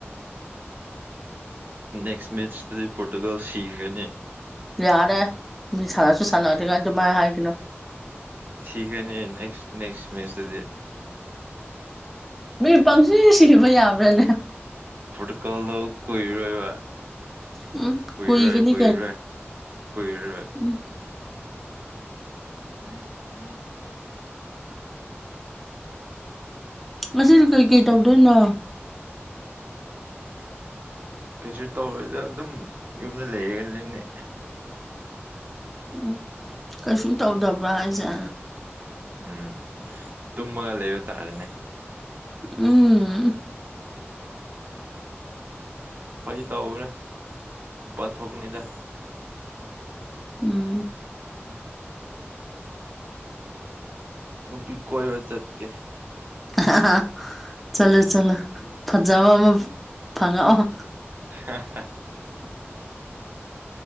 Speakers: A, on the right (about 45°); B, in the centre.
A: ꯅꯦꯛꯁ ꯃꯦꯆꯇꯗꯤ ꯄꯣꯔꯇꯨꯒꯜ ꯁꯤꯈꯔꯅꯤ
B: ꯌꯥꯔꯦ ꯃꯤ ꯁꯥꯟꯅꯁꯨ ꯁꯥꯟꯅꯗꯤꯉꯥꯏ ꯑꯗꯨꯃꯥꯏꯅ ꯍꯥꯏꯒꯅꯣ
A: ꯁꯤꯈ꯭ꯔꯅꯤ ꯅꯦꯛꯁ ꯅꯦꯛꯁ ꯃꯦꯆꯇꯗꯤ
B: ꯎꯝ ꯃꯤ ꯄꯪꯁꯤ ꯁꯤꯕ ꯌꯥꯕ꯭ꯔꯥꯅꯦ
A: ꯄꯣꯔꯇꯨꯒꯜ ꯗꯣ ꯀꯨꯏꯔꯣꯏꯕ
B: ꯎꯝ
A: ꯀꯨꯏꯔꯣꯏ
B: ꯀꯨꯏꯒꯅꯤ
A: ꯀꯨꯏꯔꯣꯏ ꯀꯏꯔꯔꯣꯏ
B: ꯎꯝ
A: <unintelligible>
B: ꯃꯁꯤꯅ ꯀꯩꯀꯩ ꯇꯧꯗꯣꯏꯅꯣ
A: ꯀꯩꯁꯨ ꯇꯧꯔꯣꯏꯗ ꯑꯗꯨꯝ ꯌꯨꯝꯗ ꯂꯩꯔꯒꯅꯤꯅꯦ
B: ꯎꯝ ꯀꯩꯁꯨ ꯇꯧꯗꯕ꯭ꯔꯥ ꯍꯥꯏꯁꯦ
A: ꯎꯝ ꯇꯨꯝꯃꯒ ꯂꯩꯕ ꯇꯥꯔꯦꯅꯦ
B: ꯎꯝ
A: ꯐꯥꯒꯤ ꯇꯧꯕꯅꯦ ꯃꯄꯥꯟ ꯊꯣꯛꯀꯅꯤꯗ
B: ꯎꯝ
A: ꯅꯨꯄꯤ ꯀꯣꯏꯕ ꯆꯠꯀꯦ
B: <unintelligible> ꯆꯠꯂꯨ ꯆꯠꯂꯨ ꯐꯖꯕ ꯑꯃ ꯐꯪꯉꯛꯑꯣ
A: <unintelligible>